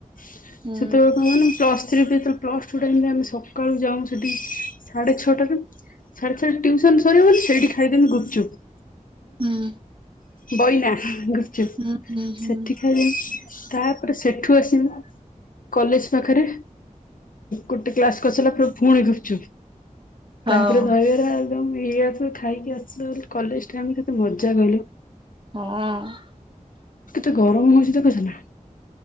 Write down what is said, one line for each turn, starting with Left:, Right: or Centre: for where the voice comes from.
Left: ସେତେବେଳେ
Right: ହୁଁ।
Left: କଣ କହନି ପଲସ ଥ୍ରୀ ପ୍ଲସ୍ ଛୁଟି ଟାଇମରେ ଆମେ ସକାଳୁ ଯାଉ ସେଠି ସାଢ଼େ ଛଅଟାରୁ ସାଢେ ଛଅ ଟାରେ ଟ୍ୟୁସନ ସରିବ ସେଇଠି ଖାଇଦମି ଗୁପଚୁପ।
Right: ହୁଁ।
Left: ବୋଇନା ଗୁପଚୁପ
Right: ହୁଁ ହୁଁ ହୁଁ।
Left: ସେଠିଖାଲି ତାପରେ ସେଠୁ ଆସିବୁ କଲେଜ ପାଖରେ ଗୋଟେ କ୍ଲାସ କରିସାରିଲା ପରେ ପୁଣି ଗୁପଚୁପ
Right: ହଉ
Left: ତାପରେ ଦହି ବରା ଆଳୁଦମ ଇଆସୁ ଖାଇକି ଆସିଲୁ କଲେଜ ଟାଇମି ରେ କେତେ ମଜା କହିଲୁ।
Right: ହଁ।
Left: କେତେ ଗରମ ହଉଛି ଦେଖୁଛୁ ନା?